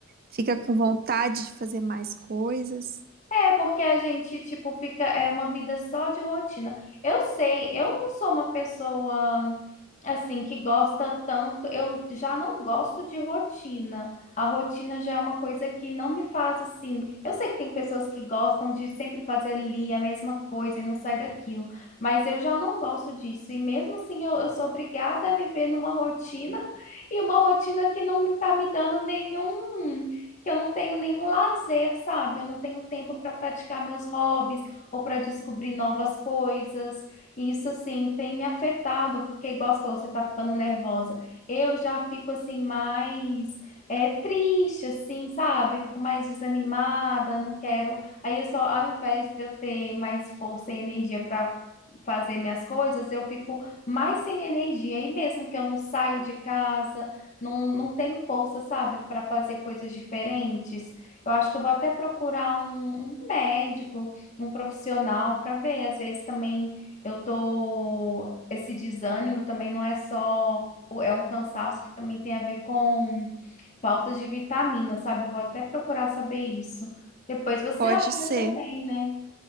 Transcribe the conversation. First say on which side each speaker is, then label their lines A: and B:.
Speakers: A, on the right (about 45°); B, on the left (about 35°).
A: fica com vontade de fazer mais coisas.
B: É, porque a gente, tipo, fica, é uma vida só de rotina. Eu sei, eu não sou uma pessoa, assim, que gosta tanto, eu já não gosto de rotina. A rotina já é uma coisa que não me faz, assim, eu sei que tem pessoas que gostam de sempre fazer ali a mesma coisa e não sai daquilo, mas eu já não gosto disso. E mesmo assim, eu, eu sou obrigada a viver numa rotina e uma rotina que não me tá me dando nenhum que eu não tenho nenhum lazer, sabe? Eu não tenho tempo para praticar meus hobbies ou para descobrir novas coisas. E isso, assim, tem me afetado, porque, igual você falou, você tá ficando nervosa. Eu já fico, assim, mais é, triste, assim, sabe? Fico mais desanimada, não quero. Aí eu só, ao invés de eu ter mais força e energia para fazer minhas coisas, eu fico mais sem energia. E mesmo que eu não saio de casa, não, não tem força, sabe, para fazer coisas diferentes. Eu acho que eu vou até procurar um, um médico, um profissional para ver. Às vezes também eu tô. Esse desânimo também não é só. É um cansaço que também tem a ver com faltas de vitamina, sabe? Eu vou até procurar saber isso. Depois você
A: Pode
B: olha
A: ser,
B: também, né?